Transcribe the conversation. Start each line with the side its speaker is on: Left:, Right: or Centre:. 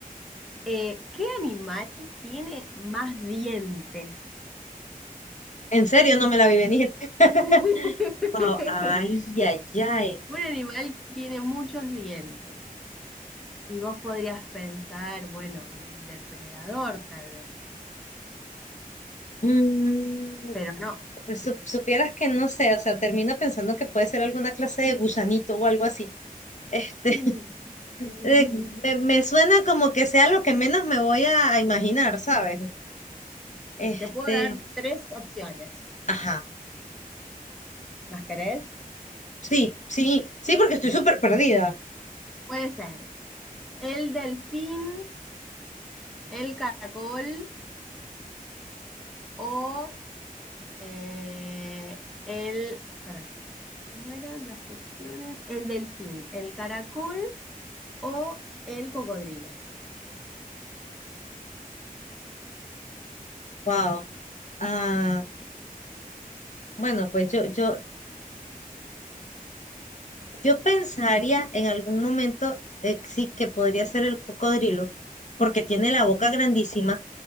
Centre: Eh, ¿qué animal tiene más dientes?
Left: En serio, no me la vi venir. <laughs>
Centre: <laughs>
Left: Wow, ay, ay, ay.
Centre: Un animal que tiene muchos dientes. Y vos podrías pensar, bueno, un depredador tal vez,
Left: Mm,
Centre: pero no.
Left: pues sup- supieras que no sé, o sea, termina pensando que puede ser alguna clase de gusanito o algo así. Este,
Centre: <laughs>
Left: <laughs> eh, me, me suena como que sea lo que menos me voy a, a imaginar, ¿sabes? Este,
Centre: Te puedo dar tres opciones.
Left: ajá,
Centre: ¿Las querés?
Left: sí, sí, sí, porque estoy
Centre: Bien.
Left: súper perdida.
Centre: Puede ser el delfín, el caracol o eh, el... pará, ¿cómo eran las opciones? El delfín, el caracol o el cocodrilo.
Left: Wow. Ah, bueno, pues yo, yo, Yo pensaría en algún momento, eh, sí, que podría ser el cocodrilo, porque tiene la boca grandísima,